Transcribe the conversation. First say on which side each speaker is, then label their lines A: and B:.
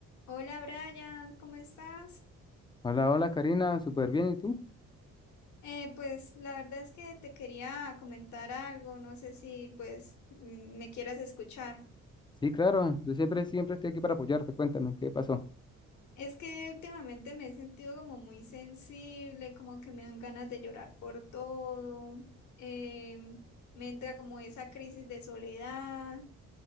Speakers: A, on the left; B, on the left.
A: Hola Brian, ¿cómo estás?
B: Hola, hola Karina, súper bien, ¿y tú?
A: Eh, pues la verdad es que te quería comentar algo, no sé si pues mm, me quieras escuchar.
B: Sí, claro, yo siempre, siempre estoy aquí para apoyarte, cuéntame, ¿qué pasó?
A: Es que últimamente me he sentido como muy sensible, como que me dan ganas de llorar por todo, em, me entra como esa crisis de soledad,